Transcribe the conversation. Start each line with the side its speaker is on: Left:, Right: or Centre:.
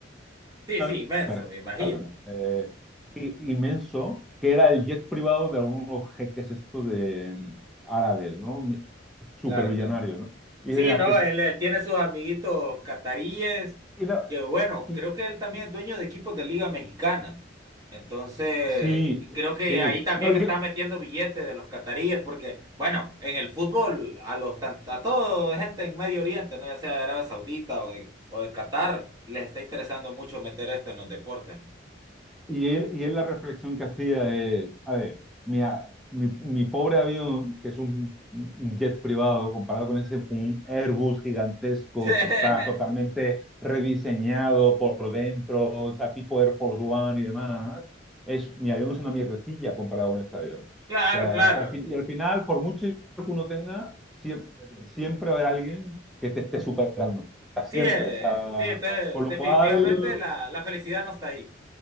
Right: Sí,
Centre: una-
Right: sí, inmenso,
Centre: cámara,
Right: me imagino.
Centre: eh, inmenso, que era el jet privado de algunos jeques estos de mm, árabes, ¿no? Mi- Superbillonarios,
Right: Claro, claro.
Centre: ¿no? Y
Right: Sí,
Centre: dije, mira,
Right: no,
Centre: que es-
Right: él, él tiene sus amiguitos cataríes,
Centre: y la-
Right: que bueno,
Centre: y-
Right: creo que él también
Centre: y-
Right: es dueño de equipos de Liga Mexicana. Entonces,
Centre: sí,
Right: creo que
Centre: sí.
Right: ahí también
Centre: No, y,
Right: está metiendo billetes de los cataríes, porque bueno, en el fútbol, a los tan- a toda gente en Medio Oriente, ¿no? Ya sea de Arabia Saudita o de, o de Qatar, les está interesando mucho meter esto en los deportes, ¿no?
Centre: Y él, y él la reflexión que hacía es, a ver, mi, a- mi, mi pobre avión, que es un, un jet privado, comparado con ese, un Airbus gigantesco
Right: <laughs>
Centre: que está totalmente rediseñado por dentro, o sea, tipo Air Force One y demás, es, mi avión es una mierdecilla comparado con este avión. O
Right: Claro,
Centre: sea,
Right: claro.
Centre: al fin- y al final, por mucho que uno tenga, siempre, siempre va a haber alguien que te esté superando. O sea, siempre.
Right: Sí, eh,
Centre: O sea,
Right: sí, entonces
Centre: con lo
Right: definitivamente
Centre: cual...
Right: la, la felicidad no está ahí.